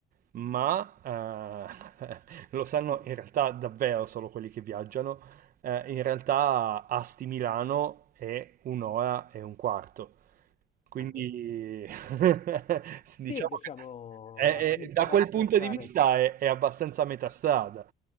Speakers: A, on the right; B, on the left.
A: ma eh, <laughs> lo sanno
B: Mm.
A: in realtà davvero solo quelli che viaggiano. Eh, in realtà Asti Milano è un'ora e un quarto. Quindi
B: Ah, beh,
A: <laughs>
B: Sì,
A: diciamo
B: diciamo,
A: che s- è-
B: a chi
A: è-
B: interessa
A: da quel punto
B: stare
A: di vista è, è abbastanza a metà strada.